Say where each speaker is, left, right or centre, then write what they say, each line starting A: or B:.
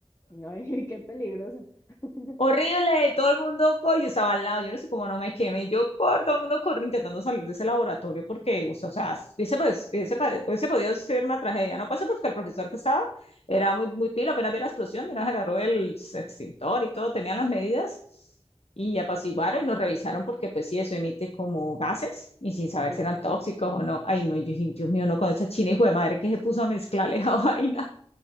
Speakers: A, on the left (about 25°); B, on the left (about 70°).
A: Y No, <laughs> qué peligroso. <laughs>
B: Horrible, todo el mundo corre yo estaba al lado, yo no sé cómo no me quemé, yo corro, todo el mundo corre intentando salir de ese laboratorio porque, o sea, o sea, hubiese, pues, hubiese pare- hubiese podido ser una tragedia, no pasó porque el profesor que estaba era muy, muy pilo, apenas vio la explosión, nos agarró el extintor y todo, tenían las medidas y apaciguaron y nos revisaron porque, pues sí, eso emite como gases y sin saber
A: Sí, claro.
B: si eran tóxicos o no. Ay, no, yo dije, Dios mío, no, con esa china hijo de madre que se puso a mezclarle esa <laughs> vaina.